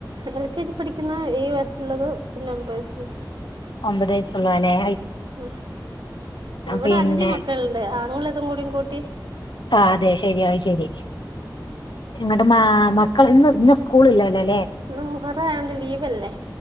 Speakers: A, on the right; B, on the left.
A: എൽ കെ ജി പഠിക്കുന്ന <unintelligible> വയസ്സുള്ളത് പിന്നെ ഒമ്പവയസ്സുള്ളത്
B: ഒമ്പത് വയസ്സുള്ളുല്ലേ
A: ഹ് ഇവിടെ
B: പിന്നെ
A: അഞ്ചുമക്കള്ണ്ട് ആണുയുള്ളതുംകൂടെ കൂട്ടി
B: ആ അതെ ശെരിയാ അത് ശരി നിങ്ങടെ മാ മക്കൾ ഇന്ന് ഇന്ന് സ്കൂളില്ലലേ
A: ഇന്ന് മുഹറായൊണ്ട് ലീവല്ലെ